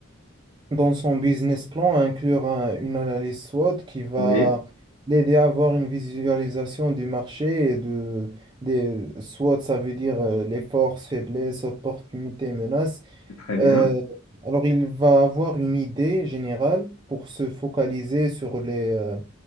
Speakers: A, on the right (about 20°); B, on the left (about 70°).
A: dans son business plan, inclure un- une analyse SWOT qui va
B: oui,
A: l'aider à avoir une visualisation du marché et de des SWOT, ça veut dire euh, les forces, faiblesses, opportunités, menaces.
B: c'est très bien.
A: Euh, alors il va avoir une idée générale pour se focaliser sur les, euh,